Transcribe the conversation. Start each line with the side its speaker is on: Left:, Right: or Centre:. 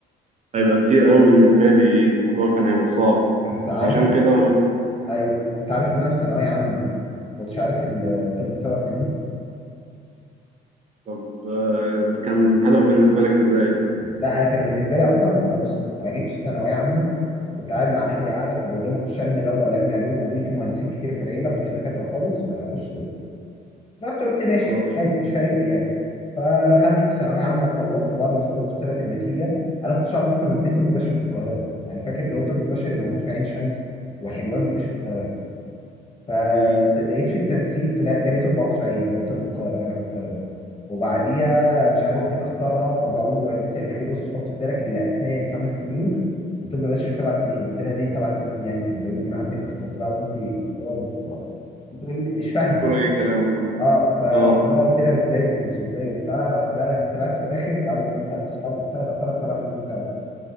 Right: هيبقى كتير قوي بالنسبة لي الموضوع كان هيبقى صعب
Left: انت عارف
Right: عشان كده
Left: ايوه انت عارف ان انا في ثانويه عامه ما كنتش عارف الطب سبع سنين
Right: طب آه، كان الهدف بالنسبة لك إزاي؟
Left: لا انا كان بالنسبه لي اصلا انا بص انا جيت في ثانويه عامه كنت قاعد مع اهلي قاعده فبقول لهم اخش علم رياضه ولا علم علوم قالوا لي في مهندسين كتير في العيله مفيش دكاتره خالص فاخش طب رحت قلت ماشي
Right: هو تفكير
Left: عادي مش فارق لي يعني فدخلت ثانويه عامه وخلصت بعد ما خلصت طلعت النتيجه انا ما كنتش عارف اصلا ان في طب بشري في القاهره يعني فاكر اللي هو طب بشري موجود في عين شمس وحلوان مفيش في القاهره فلقيت
Right: في-
Left: في التنسيق طلع جالي طب قصر عيني اللي هو طب القاهرة جامعة القاهرة وبعديها مش عارف
Right: هو
Left: جيت اختارها فبقول لوالدتي قالت لي بص حط في بالك اللي اسنان خمس سنين وطب بشري سبع سنين قلت لها دي سبع سنين يعني انت بتزودي من عندك بس بقى وانت هو بت... بتقول مش فاهمه
Right: طول أي كلام خلاص
Left: اه فرحت
Right: أه
Left: بقى قلت لها ازاي ومش ازاي وبتاع راح بقى طلعت في الاخر بعد ما سالت صحابي وبتاع لا طلعت سبع سنين فعلا